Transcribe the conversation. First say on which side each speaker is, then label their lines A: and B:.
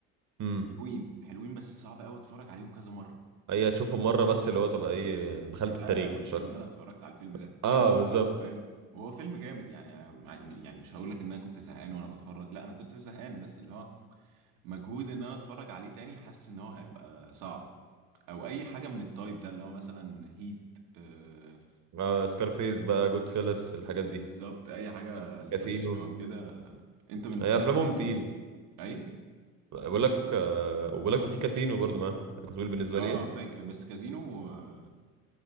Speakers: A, on the right; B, on the right.
A: امم
B: حلوين حلوين بس صعب قوي اتفرج عليهم كذا مره
A: اي تشوفه مره بس اللي هو تبقى ايه دخلت
B: يبقى
A: التاريخ
B: انا قلت
A: مش اكتر
B: ان انا اتفرجت على الفيلم ده
A: اه
B: عارف
A: بالظبط
B: فاهم وهو فيلم جامد يعني أنا- يعني مش هقول لك ان انا كنت زهقان وانا بتفرج لا انا كنت زهقان بس اللي هو مجهود ان انا اتفرج عليه تاني حاسس ان هو هيبقى صعب او اي حاجه من التايب ده اللي هو مثلا هيت آه
A: آه سكارفيس بقى جود فيلس الحاجات دي
B: بالظبط اي حاجه الباتشينو
A: كاسينو
B: او كده انت بالنسبه
A: هي افلامهم
B: لك طيب
A: تقيل
B: اي
A: بقول لك آه وبقول لك وفي كاسينو برضو معاه كنت بقول بالنسبه
B: اه
A: لي ايه
B: فاكر بس كازينو آه،